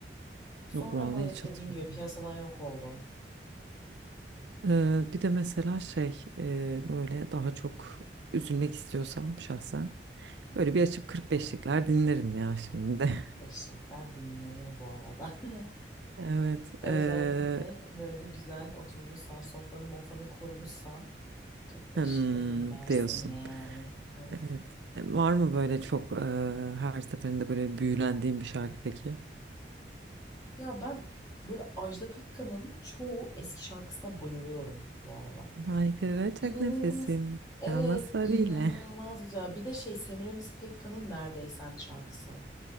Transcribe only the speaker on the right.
Yok vallahi
hiç
hatırlamıyorum.
Ee, bir de mesela şey e, böyle daha çok üzülmek istiyorsam şahsen
böyle bir açıp 45'likler dinlerim ya şimdi.
<laughs>
Evet
e,
hmm,
diyorsun.
Evet. E, Var mı böyle çok e, her seferinde böyle büyülendiğin bir şarkı peki?
Haykıracak
nefesim
kalmasa
bile.